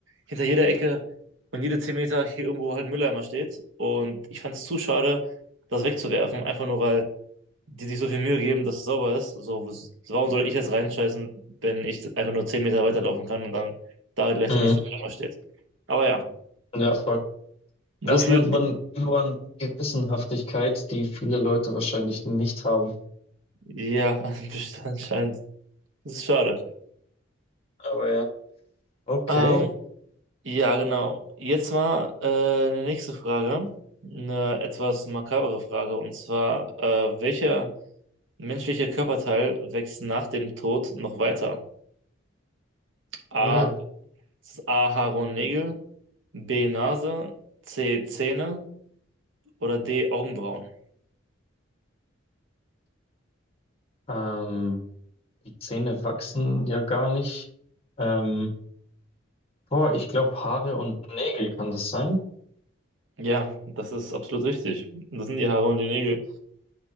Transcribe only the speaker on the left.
Mhm.
Ja, voll.
Das
nennt man Luan Gewissenhaftigkeit, die viele Leute wahrscheinlich nicht haben.
Aber ja. Okay.
Äh.
Ähm, die Zähne wachsen ja gar nicht. Ähm, boah, ich glaube Haare und Nägel kann das sein.